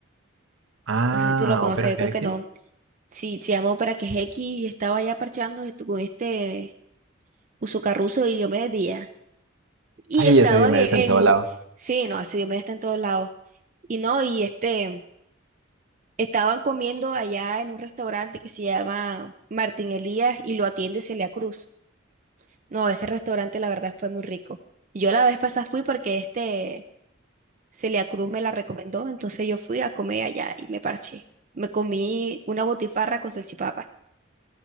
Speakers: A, on the right (about 80°); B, on the right (about 40°).
A: Ah,
B: No sé si tú lo conozcas,
A: Opera
B: yo
A: GX.
B: creo que no. Sí, se llama Ópera GX y estaba ya parchando esto con este Usucarruso y Diomedes Díaz. Y
A: Ay,
B: estaban
A: ese Diomedes
B: en,
A: en todo
B: en un...
A: lado.
B: Sí, no, ese Diomedes está en todos lados. Y no, y este... Estaban comiendo allá en un restaurante que se llama Martín Elías y lo atiende Celia Cruz. No, ese restaurante la verdad fue muy rico. Yo la vez pasada fui porque este Celia Cruz me la recomendó, entonces yo fui a comer allá y me parché. Me comí una botifarra con salchipapa.